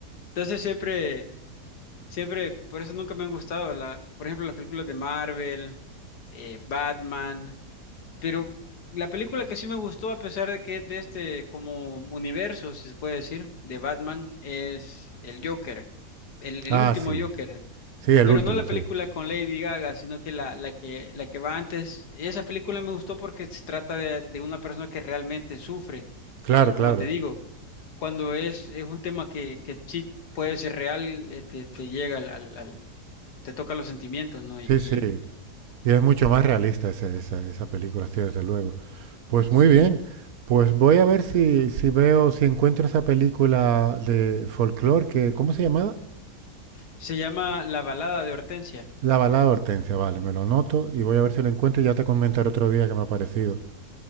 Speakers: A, on the left; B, on the right.
A: Entonces siempre Siempre, por eso nunca me han gustado, la, por ejemplo, las películas de Marvel, eh, Batman, pero la película que sí me gustó, a pesar de que es de este como universo, si se puede decir, de Batman, es el Joker, el, el
B: Ah,
A: último
B: sí,
A: Joker.
B: sí, el
A: Pero
B: último,
A: no la
B: sí.
A: película con Lady Gaga, sino que la, la que, la que va antes. Esa película me gustó porque se trata de, de una persona que realmente sufre.
B: Claro,
A: Y como
B: claro.
A: te digo, cuando es, es un tema que, que sí puede ser real, eh, te, te llega al, al- al- te toca los sentimientos, ¿no?
B: Sí,
A: Y, y
B: sí. Y es mucho más realista ese- esa, esa película, sí, desde luego. Pues
A: sí.
B: muy bien. Pues voy a ver si, si veo, si encuentro esa película de folclore que, ¿cómo se llamaba?
A: Se llama La balada de Hortensia. <laughs>
B: La balada de Hortensia, vale, me lo anoto y voy a ver si lo encuentro y ya te comentaré otro día que me ha parecido.